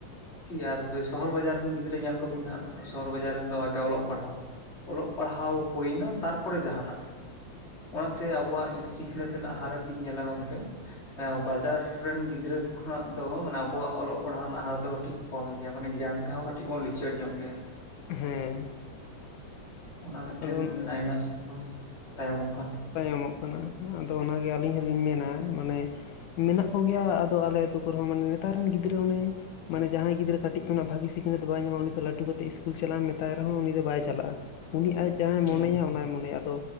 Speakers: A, on the left; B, on the left.
A: ᱴᱷᱤᱠ ᱜᱮᱭᱟ ᱟᱨ ᱥᱚᱦᱚᱨ ᱵᱟᱡᱟᱨ ᱨᱮᱱ ᱜᱤᱫᱽᱨᱟᱹ ᱧᱮᱞ ᱠᱚᱵᱤᱱ ᱦᱟᱸᱜ ᱥᱚ ᱦᱚᱨ ᱵᱟᱡᱟᱨ ᱨᱮᱱᱫᱚ ᱟᱜᱮ ᱚᱞᱚᱜ ᱯᱟᱲᱦᱟᱣ ᱚᱞᱚᱜ ᱯᱟᱲᱦᱟᱣ ᱦᱳᱭᱱᱟ ᱛᱟᱨᱯᱚᱨᱮ ᱡᱟᱦᱟᱱᱟᱜ᱾ ᱚᱱᱟᱛᱮ ᱟᱵᱚᱣᱟᱜ ᱡᱚᱫᱤ ᱥᱤᱠᱤᱱᱟᱹᱛ ᱨᱮᱱᱟᱜ ᱦᱟᱨᱟᱯ ᱵᱤᱱ ᱧᱮᱞᱟ ᱜᱚᱢᱠᱮ ᱮᱸ ᱵᱟᱡᱟᱨ ᱨᱮᱱ ᱜᱤᱫᱽᱨᱟᱹ ᱠᱷᱚᱱᱟᱜ ᱫᱚ ᱢᱟᱱᱮ ᱟᱵᱚᱣᱟᱜ ᱚᱞᱚᱜ ᱯᱟᱲᱦᱟᱣ ᱨᱮᱱᱟᱜ ᱦᱟᱨ ᱫᱚ ᱠᱟᱹᱴᱤᱡ ᱠᱚᱢ ᱜᱮᱭᱟ ᱢᱟᱱᱮ ᱜᱮᱭᱟᱱ ᱛᱮᱦᱚᱸ ᱠᱟᱹᱴᱤᱡ ᱵᱚᱱ ᱞᱤᱪᱟᱹᱲ ᱧᱚᱜ ᱜᱮᱭᱟ᱾
B: ᱦᱮᱸ
A: ᱚᱱᱟ ᱢᱤᱜᱴᱮᱱ
B: ᱟᱫᱚ
A: ᱟᱭᱢᱟ ᱵᱚᱱ ᱛᱟᱭᱚᱢᱚᱜ ᱠᱟᱱᱟ᱾
B: ᱛᱟᱭᱚᱢᱚᱜ ᱠᱟᱱᱟ ᱟᱫᱚ ᱚᱱᱟᱜᱮ ᱟᱹᱞᱤᱧ ᱦᱚᱞᱤᱧ ᱢᱮᱱᱟ ᱢᱟᱱᱮ ᱢᱮᱱᱟᱜ ᱠᱚᱜᱮᱭᱟ ᱟᱫᱚ ᱟᱞᱮ ᱟᱹᱛᱩ ᱠᱚᱨᱮ ᱦᱚᱸ ᱢᱟᱱᱮ ᱱᱮᱛᱟᱨ ᱨᱤᱱ ᱜᱤᱫᱽᱨᱟᱹ ᱚᱱᱮ ᱢᱟᱱᱮ ᱡᱟᱦᱟᱸᱭ ᱜᱤᱫᱽᱨᱟᱹ ᱠᱟᱹᱴᱤᱡ ᱠᱷᱚᱱᱟᱜ ᱵᱷᱟᱹᱜᱤ ᱥᱤᱠᱷᱤᱱᱟᱹᱛ ᱵᱟᱭ ᱧᱟᱢᱟᱭ ᱩᱱᱤ ᱛᱚ ᱞᱟᱴᱩ ᱠᱟᱛᱮᱜ ᱤᱥᱠᱩᱞ ᱪᱟᱞᱟᱜ ᱮᱢ ᱢᱮᱛᱟᱭ ᱨᱮᱦᱚᱸ ᱩᱱᱤ ᱫᱚ ᱵᱟᱭ ᱪᱟᱞᱟᱜᱼᱟ᱾ ᱩᱱᱤ ᱟᱡ ᱡᱟᱦᱟᱸᱭ
A: ᱦᱩᱸ
B: ᱢᱚᱱᱮᱭᱟ ᱚᱱᱟᱭ ᱢᱚᱱᱮᱭᱟ ᱟᱫᱚ